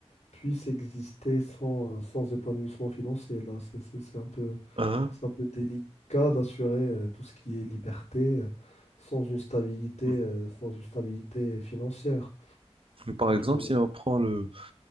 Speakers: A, on the left; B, on the right.
A: puisse exister sans, sans épanouissement financier. Là, c'est c'est- c'est un peu,
B: Hein?
A: c'est un peu délicat d'assurer euh, tout ce qui est liberté euh, sans une stabilité,
B: Mhm.
A: euh, sans une stabilité financière.
B: Par exemple,
A: Euh,
B: si on prend le